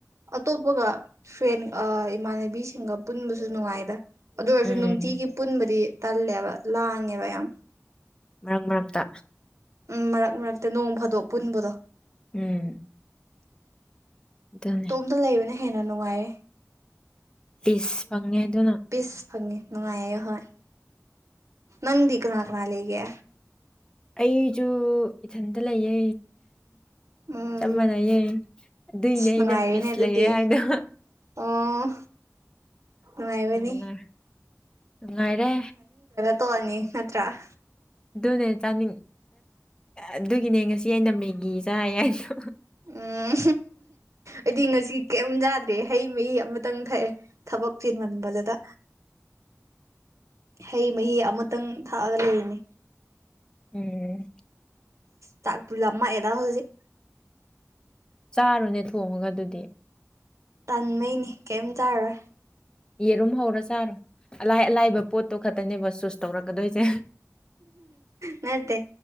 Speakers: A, on the right (about 65°); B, on the left (about 15°).
A: ꯑꯇꯣꯞꯄꯒ ꯐ꯭ꯔꯦꯟ ꯏꯃꯥꯟꯅꯕꯤꯁꯤꯡꯒ ꯄꯨꯟꯕꯁꯨ ꯅꯨꯡꯉꯥꯏꯗ ꯑꯗꯨ ꯑꯣꯏꯔꯁꯨ
B: ꯎꯝ
A: ꯅꯨꯡꯇꯤꯒꯤ ꯄꯨꯟꯕꯗꯤ ꯇꯂꯦꯕ ꯂꯥꯉꯦꯕꯌꯥꯝꯌꯥꯝ
B: ꯃꯒ ꯃꯥꯥꯛꯇ
A: ꯎꯝ ꯃꯔꯛ ꯃꯔꯛꯇ ꯅꯣꯡ ꯐꯥꯗꯣꯛ ꯄꯨꯟꯕꯗꯣ
B: ꯎꯝ ꯑꯗꯨꯅꯦ
A: ꯇꯣꯝꯗ ꯂꯩꯕ ꯅ ꯍꯦꯟꯅ ꯅꯨꯡꯉꯥꯏꯔꯦ
B: ꯏꯁꯁ ꯐꯪꯉꯦ ꯑꯗꯨꯅ
A: ꯄꯤꯁ ꯐꯪꯉꯦ ꯅꯨꯡꯉꯥꯏꯌꯦ ꯑꯍꯣꯏ ꯅꯪꯗꯤ ꯀꯅꯥ ꯀꯅꯥ ꯂꯩꯒꯦ
B: ꯑꯩꯁꯨ ꯏꯊꯟꯇ ꯂꯩꯌꯦ
A: ꯎꯝ
B: ꯆꯞ ꯃꯥꯟꯅꯩꯌꯦ ꯑꯗꯨꯏꯅꯦ
A: ꯑꯁ
B: ꯑꯩꯅ
A: ꯅꯨꯡꯉꯥꯏꯔꯦꯅꯦ
B: ꯄꯤꯁ
A: ꯑꯗꯨꯗꯤ
B: ꯂꯩꯔꯦ ꯍꯥꯏꯗꯣ
A: ꯑꯣ ꯅꯨꯡꯉꯥꯏꯕꯅꯤ
B: ꯅꯪꯒ꯫ ꯅꯨꯡꯉꯥꯏꯔꯦ꯫
A: ꯇꯣꯑꯅꯤ ꯅꯠꯇ꯭ꯔꯥ꯫
B: ꯑꯗꯨꯅꯦ ꯆꯥꯅꯤꯡ ꯑꯗꯨꯒꯤꯅꯦ ꯉꯁꯤ ꯑꯩꯅ ꯃꯦꯒꯤ ꯆꯥꯏ ꯍꯥꯏꯁꯨ꯫
A: ꯎꯝ ꯑꯩꯗꯤ ꯉꯁꯤ ꯀꯤ ꯀꯩꯝ ꯌꯥꯗꯦ ꯍꯩ ꯃꯍꯤ ꯑꯃꯇꯪ ꯊꯛꯑꯦ꯫ ꯊꯕꯛ ꯄꯤꯃꯟꯕꯗꯨꯗ꯫ ꯍꯩ ꯃꯍꯤ ꯑꯃꯇꯪ ꯊꯥꯛꯑꯒ ꯂꯩꯔꯤꯅꯤ꯫
B: ꯎꯝ꯫
A: ꯇꯥꯛꯄꯤ ꯂꯃ ꯑꯦꯗꯥ ꯍꯧꯖꯤꯛ꯫
B: ꯆꯥꯔꯨꯅꯦ ꯊꯣꯡꯉꯒ ꯑꯗꯨꯗꯤ꯫
A: ꯇꯟꯃꯩꯅꯤ ꯀꯩꯝ ꯆꯥꯔꯣꯏ꯫
B: ꯌꯦꯔꯨꯝ ꯍꯧꯔ ꯆꯥꯔꯣ ꯑꯂꯥꯏ ꯑꯂꯥꯏꯕ ꯄꯣꯠꯇꯣ ꯈꯛꯇꯅꯦꯕ ꯁꯨꯁ ꯇꯧꯔꯛꯀꯗꯣꯏꯁꯦ꯫
A: ꯅꯠꯇꯦ